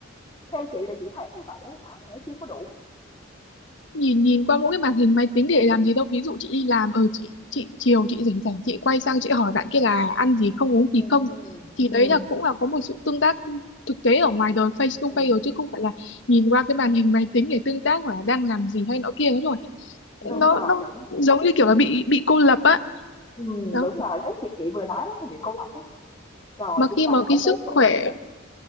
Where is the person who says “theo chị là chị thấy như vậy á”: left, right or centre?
Left